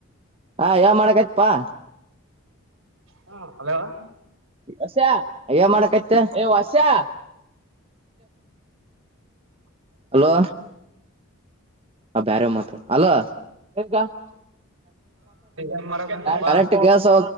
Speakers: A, on the right; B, on the right.
A: ಹ ಯಾವ ಮಾಡಕಯತ್ಪಾ.
B: ಹ ಹಲೋ ಹೇಳ.
A: ಹೊಸ್ಯಾ ಏನ್ ಮಾಡಕ್ಯತೆ ಯ ಹೊಸ್ಯಾ. ಅಲೋ ಆ ಬ್ಯಾರೆರ್ ಮಾತ <unintelligible>
B: ಏನ್ ಮಾಡಕಂತಪ್ಪಾ
A: ಕರೆಂಟು ಗ್ಯಾಸೊ